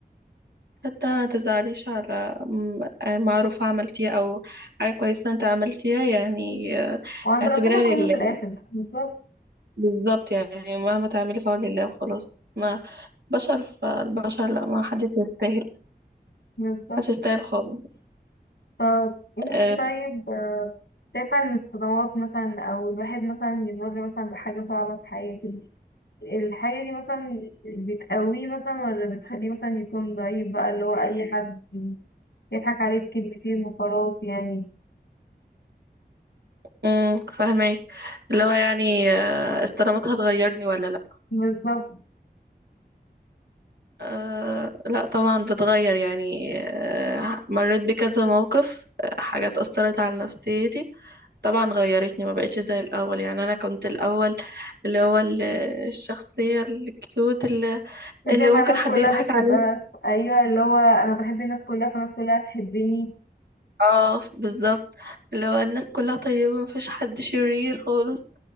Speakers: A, on the right (about 75°); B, on the left (about 75°).
A: حتى ما تزعليش على م- معروف عملتيه أو حاجة كويسة أنت عملتيها يعني آه،
B: وعند
A: اعتبرها
B: ربنا
A: لله
B: كله في الآخر بالظبط
A: بالظبط يعني مهما تعملي فهو لله وخلاص ما بشر فالبشر لا ما حدش يستاهل
B: بالظبط
A: محدش يستاهل خالص
B: طب انتي
A: أه
B: طيب آه، شايفة ان الصدمات مثلا او الواحد مثلا يمر مثلا بحاجة صعبة في حياته الحاجة دي مثلا بتقويه مثلا ولا بتخليه مثلا يكون ضعيف بقى اللي هو اي حد يضحك عليه بكلمتين وخلاص يعني
A: أمم، فهماك اللي هو يعني آه، استلامتها هتغيرني ولا لا
B: بالظبط
A: أه لا طبعا بتغير يعني أه مريت بكذا موقف آه، حاجات أثرت على نفسيتي طبعا غيرتني ما بقتش زي الأول يعني أنا كنت الأول اللي هو ال- الشخصية الكيوت اللي
B: مش
A: اللي
B: شايفة
A: ممكن
B: الناس
A: حد
B: كلها
A: يضحك
B: بتحبها
A: عليها
B: ايوه اللي هو انا بحب الناس كلها فالناس كلها تحبني
A: اه بالظبط لو الناس كلها طيبة مفيش حد شرير خالص